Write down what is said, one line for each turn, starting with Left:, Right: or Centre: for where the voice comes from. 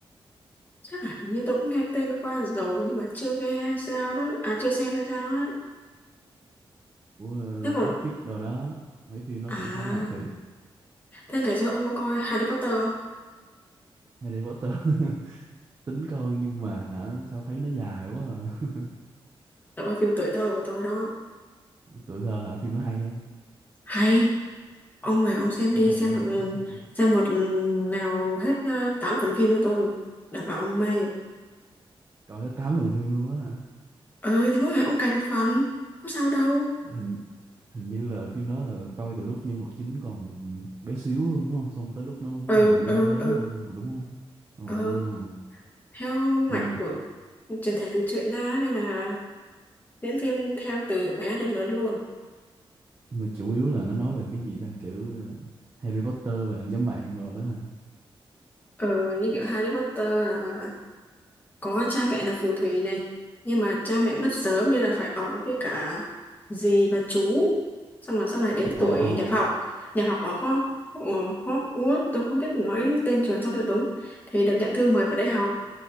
Left: chắc là hình như tôi cũng nghe tên qua rồi nhưng mà chưa nghe hay sao đó à chưa xem hay sao á
Right: của ờ,
Left: thế còn
Right: Brad Pitt rồi đó mấy phim nó
Left: à
Right: cũng khá là tuyệt
Left: thế ngày xưa ông có coi Harry Potter không
Right: Harry Potter <laughs> tính coi nhưng mà hả sao thấy nó dài quá à.
Left: đó là phim tuổi thơ của tôi đó
Right: <laughs> tuổi thơ hả phim nó hay không
Left: hay Ông này ông xem đi
Right: hay
Left: xem
Right: lắm
Left: một
Right: ạ <laughs>
Left: xem một nào hết ờ, tám phần phim cho tôi đảm bảo ông mê
Right: coi hết tám phần phim luôn á
Left: ừ thì mỗi ngày ông cày một phần có sao đâu
Right: hình hình như là phim đó là coi từ lúc nhân vật chính còn bé xíu luôn đúng không xong tới lúc nó
Left: ừ
Right: nó bự
Left: ừ
Right: nó lớn
Left: ừ
Right: lên luôn mà đúng không ờ
Left: ừ theo
Right: mà
Left: mạch của truyền thể từ truyện ra nên là diễn phim theo từ bé đến lớn luôn
Right: mà chủ yếu là nó nói về cái gì ta kiểu ờ, Harry Potter và nhóm bạn rồi đó hả
Left: ừ như kiểu Harry Potter là có cha mẹ là phù thủy này nhưng mà cha mẹ mất sớm nên là phải ở với cả dì và chú xong là sau này đến
Right: ờ ờ
Left: tuổi nhập học nhập học ở Ho- ở Hogwarts tôi không biết nói tên trường sao cho đúng thì được nhận thư mời vào đại học